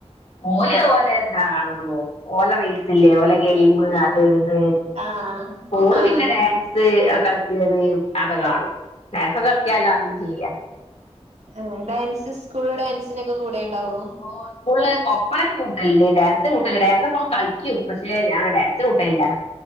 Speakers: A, on the left (about 65°); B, on the right (about 75°).
A: ഓല് ഓലെ ഇതാ കാണോള്ളു ഓല റീൽസില്ലേ ഓല ഗെയി മ് അത് ഇത്
B: ആഹ്
A: ഓള്
B: ആഹ്
A: പിന്നെ ഡാ ൻസ് കളിക്കുന്നത് അതൊക്കെ കാണും ഡാൻസൊക്കെ കളിക്കാ എല്ലാ അറിയേം ചെയ്യാ
B: ഉം ഡാൻസ് സ്കൂള് ഡാൻസിനൊക്കെ കൂടെയെണ്ടാവോ
A: ഓഹ് സ്കൂളില് ഒപ്പനക്കക്കെ കൂട്ടായില്ലേ ഡാൻസിന് കൂട്ടലില്ല ഡാൻസൊക്കെ കളിക്കും പക്ഷേ ഞാൻ ഡാ ൻസിനു കൂട്ടായില്ല